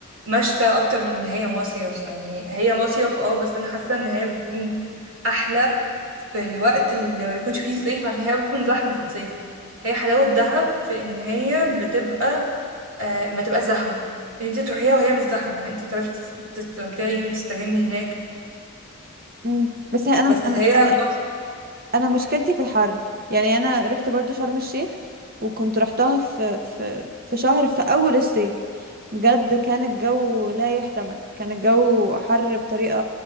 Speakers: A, on the right (about 70°); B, on the right (about 45°).
A: مشتى أكتر من إن هي مصيف يعني هي مصيف اه بس أنا حاسة إن هي بتكون أحلى في الوقت اللي ما يكونش فيه صيف عشان هي بتكون زحمة في الصيف هي حلاوة دهب في إن هي بتبقى آه، ما تبقاش زحمه ان انت تروحيها وهي مش زحمه انت تعرفي تس- تستمتعي وتستجمي هناك
B: مم. بس هي- أنا
A: بس
B: أنا
A: هي
B: أنا
A: مصر
B: انا مشكلتي في الحر يعني انا رحت برضو شرم الشيخ وكنت رحتها في في في شهر في اول الصيف بجد كان الجو لا يحتمل كان الجو حر بطريقة